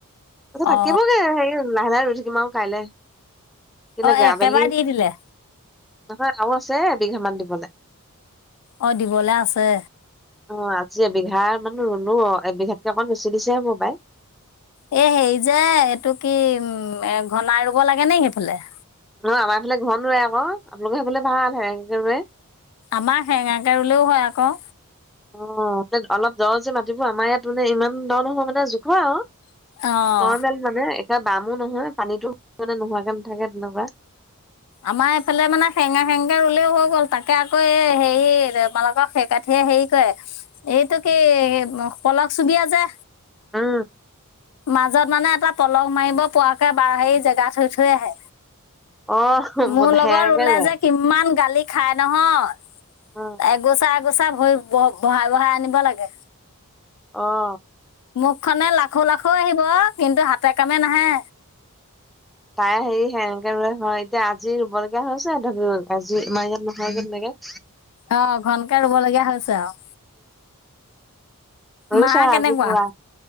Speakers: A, in the centre; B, on the left.
A: তাতে থাকিবগে
B: অ
A: হেৰি লাহে, লাহে ৰই থাকিম আৰু কাইলে। কেলেকে
B: অ' একেবাৰে
A: আবেলি
B: দি দিলে।
A: নহয়, আৰু আছে এবিঘামান দিবলৈ।
B: অ' দিবলে আছে।
A: অ' আজি এবিঘা মানে ৰুলো অ, এবিঘাতকে অকমান বেছি দিছে হববাই।
B: এ, হেৰি যে এইটো কি উম, এ, ঘনাই ৰুব লাগে নে সেইফালে।
A: ন, আমাৰ এইফালে ঘন ৰুৱে আক আপোনালোকে সেইফালে ভাল সেয়ে ৰুৱে।
B: আমাৰ হেঙাকে ৰুলেও হয় আকৌ।
A: অ' অলপ দৰ যে মাতিব আমাৰ ইয়াত মানে ইমান দৰ নহয় মানে জোখৰ আৰু।
B: অ
A: নৰ্মেল মানে। এ, বামো নহয়, পানীতো মানে নোহোৱাকে নাথাকে তেনেকুৱা।
B: আমাৰ এইফালে মানে সেঙা, সেঙে ৰুলেও হৈ গ'ল তাকে আকৌ এই হেৰি তোমালোকৰ সেইকাঠি হেৰি কয়, এইটো কি পলক চুবিয়া যে।
A: উম,
B: মাজত মানে এটা পলস মাৰিব পোৱাকৈ বাৰ হেৰি জেগা থৈ, থৈ আহে।
A: অ',
B: মোৰ লগত
A: সেনেকে
B: ৰুলে
A: ৰুৱে,
B: যে কিমান গালি খাই নহয়।
A: উম,
B: এগোচা, এগোচা ভৰি ব বহাই, বহাই আনিব লাগে।
A: আহ।
B: মুখখনে লাখৌ, লাখু আহিব কিন্তু হাতে, কামে নাহে।
A: তাই হেৰি সেনেকে ৰুৱে হয়, এতিয়া আজি ৰুব লগীয়া হৈছে ধৰিও আজি ইাৰ ইয়াত নহয় যেনেকে।
B: অ' ঘনকে ৰুব লগীয়া হৈছে আৰু।
A: ৰছ
B: মা
A: আজি
B: কেনেকুৱা
A: পুৰা